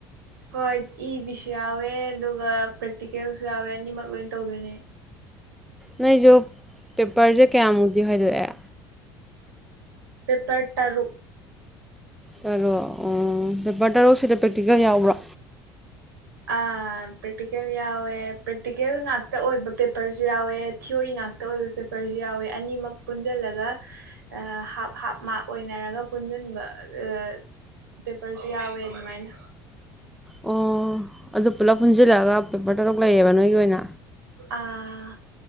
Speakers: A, on the right; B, in the centre.
A: ꯍꯣꯏ ꯏ ꯕꯤꯁꯨ ꯌꯥꯎꯋꯦ ꯑꯗꯨꯒ ꯄ꯭ꯔꯦꯛꯇꯤꯀꯦꯜꯁꯨ ꯌꯥꯎꯋꯦ ꯑꯅꯤꯃꯛ ꯂꯣꯏ ꯇꯧꯗꯣꯏꯅꯦ
B: ꯅꯣꯏꯖꯨ ꯄꯦꯄꯔꯖꯦ ꯀꯌꯥꯃꯨꯛꯇꯤ ꯈꯥꯏꯗꯣꯛꯑꯦ
A: ꯄꯦꯄꯔ ꯇꯔꯨꯛ
B: ꯇꯔꯨꯛ ꯎꯝ ꯄꯦꯄꯔ ꯇꯔꯨꯛꯁꯤꯗ ꯄ꯭ꯔꯦꯛꯇꯤꯀꯦꯜ ꯌꯥꯎꯕ꯭ꯔꯣ
A: ꯑꯥ ꯄ꯭ꯔꯦꯛꯇꯤꯀꯦꯜ ꯌꯥꯎꯋꯦ ꯄ꯭ꯔꯦꯛꯇꯤꯀꯦꯜ ꯉꯥꯛꯇ ꯑꯣꯏꯕ ꯄꯦꯄꯔꯖꯨ ꯌꯥꯎꯋꯦ ꯊꯤꯑꯣꯔꯤ ꯉꯥꯛ ꯇ ꯑꯣꯏꯕ ꯄꯦꯄꯔꯖꯨ ꯌꯥꯎꯋꯦ ꯑꯅꯤꯃꯛ ꯄꯨꯟꯖꯜꯂꯒ ꯑꯥ ꯍꯥꯞ ꯍꯥꯞ ꯃꯥꯛ ꯑꯣꯏꯅꯔꯒ ꯄꯨꯟꯁꯤꯟꯕ ꯑꯥ ꯄꯦꯄꯔꯖꯨ ꯌꯥꯎꯋꯦ ꯑꯗꯨꯃꯥꯏꯅ
B: ꯑꯣ ꯑꯗꯨ ꯄꯨꯂꯞ ꯄꯨꯟꯖꯤꯜꯂꯛꯑꯒ ꯄꯦꯄꯔ ꯇꯔꯨꯛ ꯂꯩꯌꯦꯕ ꯅꯣꯏꯒꯤ ꯑꯣꯏꯅ
A: ꯑꯥ